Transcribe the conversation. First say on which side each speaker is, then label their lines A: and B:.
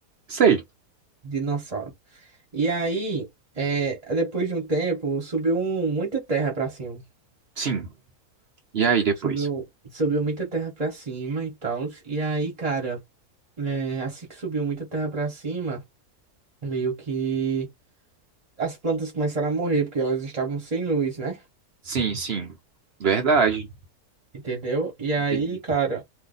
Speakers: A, on the right; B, on the right.
A: sei,
B: de dinossauro. E aí, é, depois de um tempo, subiu um- muita terra pra cima.
A: sim. E aí depois?
B: Subiu, subiu muita terra pra cima e tal. E aí, cara, é, assim que subiu muita terra pra cima. meio que as plantas começaram a morrer porque elas estavam sem luz, né?
A: Sim, sim. Verdade.
B: Entendeu? E aí,
A: Entendi.
B: cara,